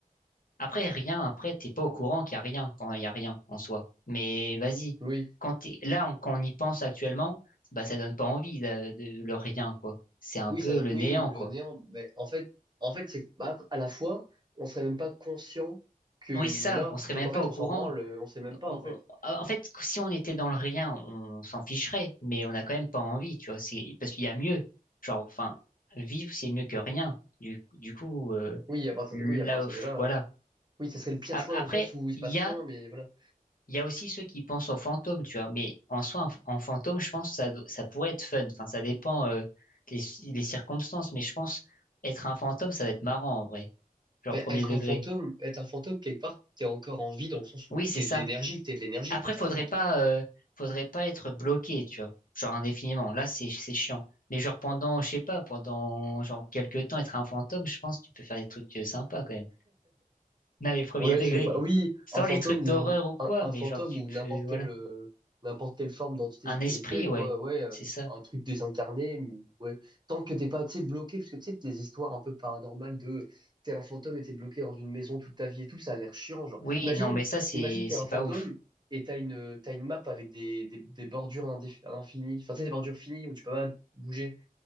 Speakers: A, on the left; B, on the right.
A: après, rien, après, t'es pas au courant qu'il y a rien quand il y a rien en soi. Mais vas-y.
B: oui,
A: Quand t'es, là, on- quand on y pense actuellement, bah, ça donne pas envie, de, de- le rien, quoi. C'est un
B: oui,
A: peu
B: ça,
A: le
B: oui,
A: néant,
B: le
A: quoi.
B: néant. Mais en fait, en fait, c'est bah, à la fois, on serait même pas conscient qu'il
A: Oui, ça,
B: est là.
A: on serait
B: Donc
A: même
B: en
A: pas
B: fait,
A: au
B: on
A: courant.
B: s'en branle, on sait même pas
A: On-
B: en fait.
A: on- en fait, si on était dans le rien, on s'en ficherait, mais on a quand même pas envie, tu vois. C'est, parce qu'il y a mieux. Genre, enfin, vivre, c'est mieux que rien. Du, du coup, euh,
B: Oui, à partir
A: là,
B: de, oui, à partir
A: pff,
B: de là,
A: voilà.
B: oui, ça serait le pire
A: A-
B: choix
A: Après,
B: dans le sens où il se
A: il
B: passe
A: y
B: rien,
A: a
B: mais voilà.
A: Il y a aussi ceux qui pensent aux fantômes, tu vois, mais en soi, en, f- en fantôme, je pense que ça, do- ça pourrait être fun. Enfin, ça dépend euh, les, ci- les circonstances, mais je pense être un fantôme, ça va être marrant en vrai, genre
B: Ben,
A: premier
B: être
A: degré.
B: un fantôme, être un fantôme, quelque part, t'es encore en vie dans le sens où
A: Oui, c'est
B: t'es
A: ça.
B: de l'énergie, t'es de l'énergie
A: Après,
B: quand t'es
A: faudrait
B: un fantôme.
A: pas, euh, faudrait pas être bloqué, tu vois, genre indéfiniment. Là, c'est c'est chiant. Mais genre pendant, je sais pas, pendant genre quelques temps, être un fantôme, je pense que tu peux faire des trucs euh, sympas quand même. <laughs> Non, les premiers
B: Ouais,
A: degrés.
B: je sais pas. Oui,
A: Sans
B: un fantôme
A: les trucs d'horreur
B: ou
A: ou quoi,
B: un, un
A: mais
B: fantôme
A: genre tu
B: ou
A: peux,
B: n'importe
A: voilà,
B: quelle euh, n'importe quelle forme d'entité
A: un
B: spirituelle,
A: esprit, ouais,
B: quoi. Ouais, euh,
A: c'est ça.
B: un truc désincarné. mais Ouais, tant que t'es pas, tu sais, bloqué, parce que tu sais, les histoires un peu paranormales de t'es un fantôme et t'es bloqué dans une maison toute ta vie et tout, ça a l'air chiant, genre.
A: Oui,
B: Imagine,
A: non, mais ça, c'est
B: imagine t'es
A: c'est
B: un fantôme
A: pas ouf.
B: et t'as une t'as une map avec des des, des bordures indéfi- infinies, enfin tu sais, des bordures finies où tu peux pas bouger.